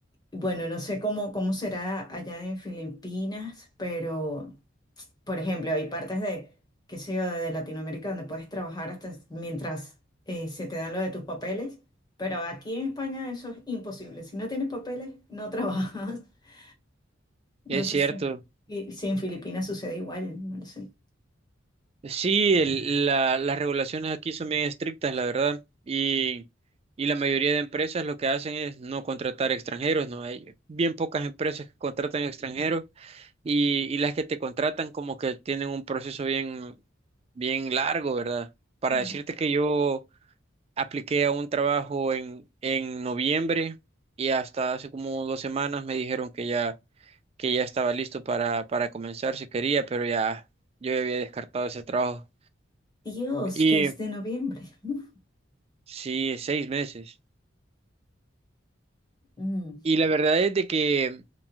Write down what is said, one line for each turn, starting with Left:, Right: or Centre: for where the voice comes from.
Left: bueno, no sé cómo, cómo será allá en Filipinas, pero... Por ejemplo, hay partes de, qué sé yo, de Latinoamérica donde puedes trabajar hasta mientras eh, se te dan lo de tus papeles, pero aquí en España eso es imposible. Si no tienes papeles, no trabajas. <laughs> No
Right: Es
Left: sé
Right: cierto.
Left: si, y- si en Filipinas sucede igual, no lo sé.
Right: Sí, el- la- las regulaciones aquí son bien estrictas, la verdad. Y, y la mayoría de empresas lo que hacen es no contratar extranjeros, ¿no? Hay bien pocas empresas que contratan extranjeros Y, y las que te contratan como que tienen un proceso bien, bien largo, ¿verdad? Para
Left: Mm.
Right: decirte que yo apliqué a un trabajo en, en noviembre y hasta hace como dos semanas me dijeron que ya, que ya estaba listo para, para comenzar si quería, pero ya yo ya había descartado ese trabajo.
Left: Dios,
Right: Y
Left: desde noviembre. Uf.
Right: sí, seis meses.
Left: Mm.
Right: Y la verdad es de que